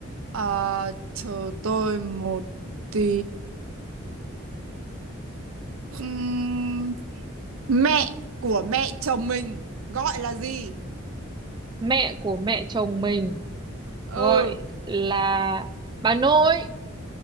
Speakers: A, on the right; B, on the right.
A: Ờ, chờ tôi một tí Ừm, Mẹ của mẹ chồng mình gọi là gì?
B: Mẹ của mẹ chồng mình
A: Ừ,
B: gọi là bà nội.